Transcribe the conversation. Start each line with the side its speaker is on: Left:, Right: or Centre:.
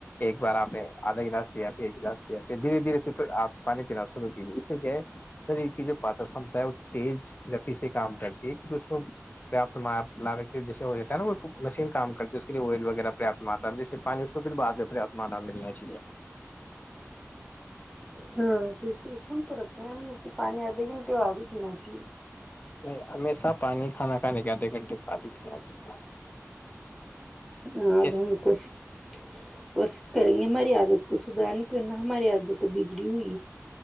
Left: ایک بار آپ نے آدا گلاس پیا پ ایک گلاس پیا پ دھیرے دھیرے آپ پانی پینا شروع کیجیے اس سے کیا ہے شریر کی جو پات شمتا ہے وہ تیز گتی سے کام کرتی ہے کو پرپت م لے کے جسے ہو جاتا ہے نا وہ مشین کام کرتی اس کے لیے آئل وغیرہ پریاپت آتا جیسے پانی اس کو پھر بع میں پریاپت م آتا ملنا چاہیے
Centre: ہ تو اس سن تو رکھا ہیں پانی آدھے گھنٹے ہو آدے پین چاہی
Left: نہیں ہمیشہ پانی کھانا ے کے آدے گھنٹے پعادکھنا چاہیے
Centre: ہ اب
Left: اس
Centre: ہم کوشش کوشش کریں گے ہماری عادت کو سدارنے کی نہ ہماری عادت جڑی ہوئی